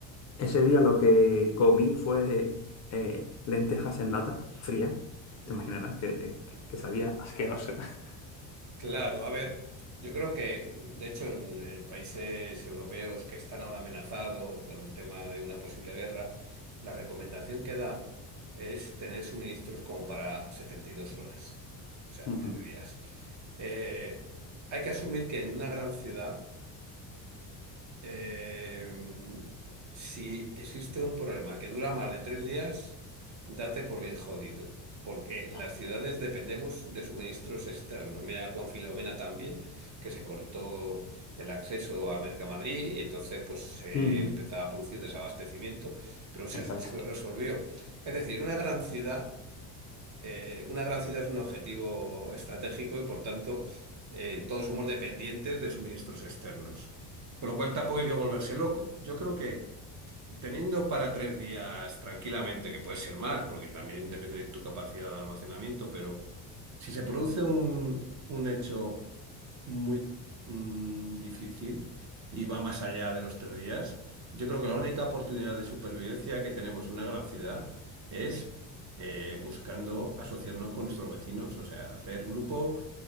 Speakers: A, on the left; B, on the right.
A: ese día lo que comí fue eh, lentejas en lata, fría.
B: <laughs>
A: Te imaginarás que, eh, que, que sabía asqueroso. <laughs>
B: Claro, a ver, yo creo que, de hecho, en, en países europeos que están ahora amenazados con el tema de una posible guerra, la recomendación que dan es tener suministros como para 72 horas, o sea,
A: Ujú,
B: tres días. Eh, hay que asumir que en una gran ciudad eh, si existe un problema que dura más de tres días, date por bien jodido, porque las
A: ya.
B: ciudades dependemos de suministros externos. Mira con Filomena también, que se cortó el acceso a Mercamadrid y entonces pues se
A: Ujú,
B: empezaba a producir desabastecimiento, pero se,
A: Exacto.
B: <laughs> se resolvió. Es decir, una gran ciudad eh, una gran ciudad es un objetivo estratégico y por tanto eh, todos somos dependientes de suministros externos. Con lo cual tampoco hay que volverse loco. Yo creo que Teniendo para tres días tranquilamente, que puede ser más, porque también depende de tu capacidad de almacenamiento, pero si se produce un, un hecho muy mm, difícil y va más allá de los tres días, yo creo que la única oportunidad de supervivencia que tenemos en una gran ciudad es eh, buscando asociarnos con nuestros vecinos, o sea, hacer grupo